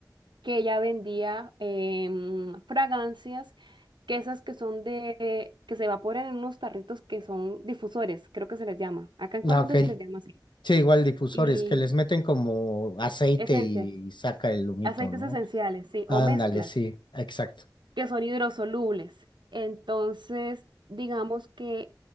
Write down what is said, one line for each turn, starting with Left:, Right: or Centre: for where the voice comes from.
Right: que ella vendía em, fragancias, que esas que son de, que se evaporan en unos tarritos que son difusores, creo que se les llama. Acá en Colombia
Left: Ah, ok.
Right: se les llama así.
Left: Sí, igual difusores
Right: Y
Left: que les meten como aceite
Right: esencias,
Left: y saca el humito,
Right: aceites
Left: ¿no?
Right: esenciales, sí,
Left: Ándale,
Right: o mezclas.
Left: sí, exacto.
Right: que son hidrosolubles. Entonces, digamos que